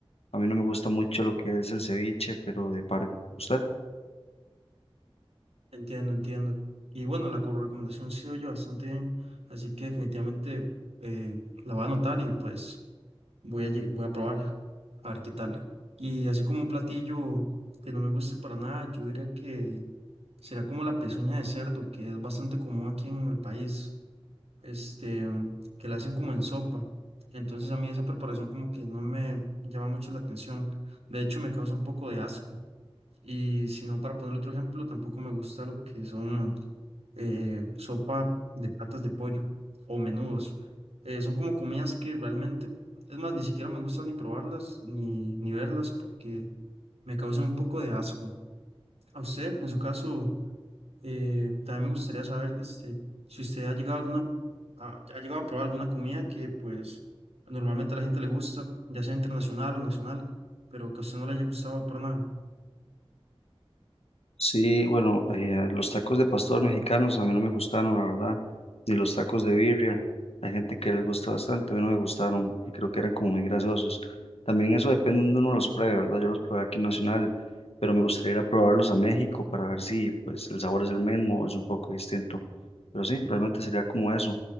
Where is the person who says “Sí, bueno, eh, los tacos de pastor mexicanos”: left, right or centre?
Left